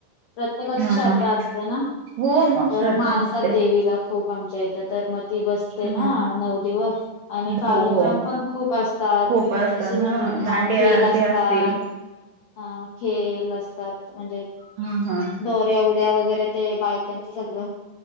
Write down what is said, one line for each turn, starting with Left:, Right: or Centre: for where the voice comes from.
Left: प्रत्येकाची
Right: हा
Left: श्रद्धा
Right: हा
Left: असते ना,
Right: हो मग
Left: तर
Right: श्रद्धा
Left: मानतात
Right: असते
Left: देवीला खूप आमच्या इथं. तर मग ती ब असते ना
Right: हा
Left: नऊ दिवसं आणि कार्यक्रम
Right: हो हो
Left: पण खूप असतात,
Right: खूप असतात
Left: अशी म्हंजे हा
Right: दांडिया
Left: हा खेल असतात.
Right: ते असतील
Left: हा खेल असतात, म्हणजे
Right: हा हा
Left: दौऱ्या ऊ ड्या वगैरे ते बायकांचं सगळ